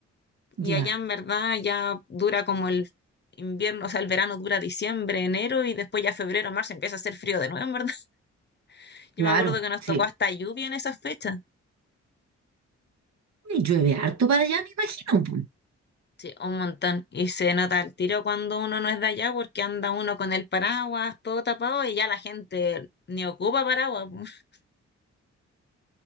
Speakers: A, on the left; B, on the right.
A: y
B: ya,
A: allá en verdad ya dura como el invierno, o sea, el verano dura diciembre, enero, y después ya febrero, marzo empieza a hacer frío de nuevo, en verdad. <laughs> Yo
B: claro,
A: me acuerdo que nos
B: sí.
A: tocó hasta lluvia en esas fechas,
B: Y llueve harto para allá, me imagino, pues.
A: sí, un montón, y se nota el tiro cuando uno no es de allá porque anda uno con el paraguas todo tapado y ya la gente ni ocupa paraguas, <laughs>